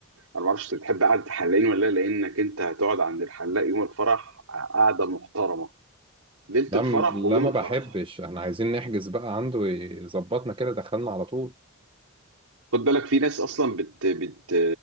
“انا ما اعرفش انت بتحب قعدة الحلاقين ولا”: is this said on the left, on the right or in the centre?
Right